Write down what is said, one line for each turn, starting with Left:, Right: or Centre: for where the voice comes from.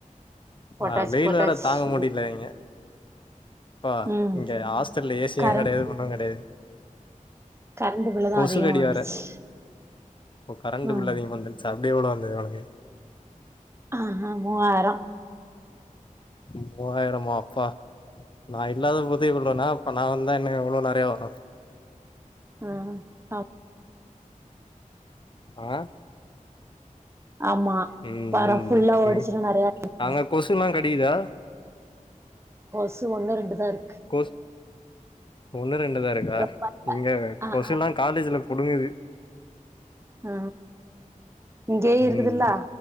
Right: போட்டாச்சு
Left: ஆ வெயில்
Right: போட்டாச்சு
Left: வேற தாங்க முடில இங்க ப்பா
Right: ம்
Left: இங்க ஹாஸ்டல்ல ஏ சி
Right: கரண்ட்
Left: யு கெடையாது ஒன்னுங்கெடையாது
Right: கரண்ட் பில்லு தா
Left: கொசு
Right: அதிகமா
Left: கடி
Right: வந்துச்சு
Left: வேற இப்ப கரண்ட்
Right: ம்
Left: பில்லு அதிகமா வந்துருச்சு அப்டியே கூட ஒனக்கு
Right: ஆ ஹ மூவாயிர
Left: மூவாயிரமா அப்பா நா இல்லாத போதே இவ்ளோனா அப்ப நா வந் தா இன்னு எவ்ளோ நெறையா வரு
Right: ஆ அ
Left: ஆ
Right: ஆமா
Left: ம்
Right: வாரோ
Left: ம்
Right: ஃபுல்லா
Left: ம்
Right: ஓடுச்சுன்னா
Left: ம்
Right: நெறையா இருக்கு
Left: அங்க கொசுலா கடிக்குதா
Right: கொசு ஒண்ணு ரெண்டுதா இரு
Left: கோஸ் ஒண்ணு ரெண்டுதா இருக்கா
Right: ரொம்ப
Left: இங்க
Right: ஆ
Left: கொசுல்லா
Right: ஆ
Left: காலேஜ்ல புடுங்குது
Right: அ இங்கேய இருக்குதுல்ல
Left: ம்